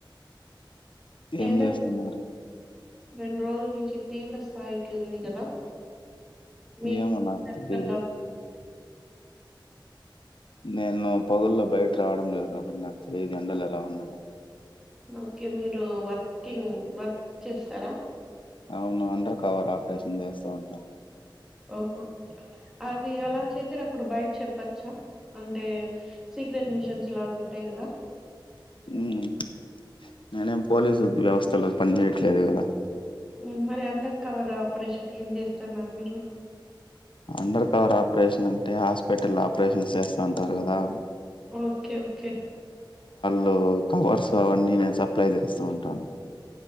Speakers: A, on the left; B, in the centre.
A: ఏం
B: ఎండలు
A: జేస్తున్నారు
B: రెండు రోజుల నుంచి తీవ్ర స్థాయికి ఉంది కదా మీక్
A: ఏమో నాకు
B: దగ్గర్లో
A: తెలీదు
B: లో
A: నేను పగుల్లో బయట్రవడం లేదు కాబట్టి నాకు తెలియదు ఎండలు ఎలా ఉన్నాయో
B: ఓకే మీరు వర్కింగ్ వర్క్ చేస్తారా
A: అవును అండర్ కవర్ ఆపరేషన్ చేస్తా ఉంటా
B: ఓహో అవి అలా చేసేటప్పుడు బయట చెప్పచ్చ అంటే సీక్రెట్ మిషన్స్ లాగా ఉంటాయి కదా
A: ఉమ్ నేనేం పోలీసు వ్యవస్థలో పనిచయట్లేదు కదా
B: ఉమ్ మరి అండర్ కవర్ ఆపరేషన్ ఏం చేస్తున్నారు మీరు
A: అండర్ కవర్ ఆపరేషన్ అంటే హాస్పిటల్ ఆపరేషన్ చేస్తా ఉంటారు గదా
B: ఓకే ఓకే
A: లో కవర్స్ అవన్నీ నేను సప్లై చేస్తూ ఉంటాను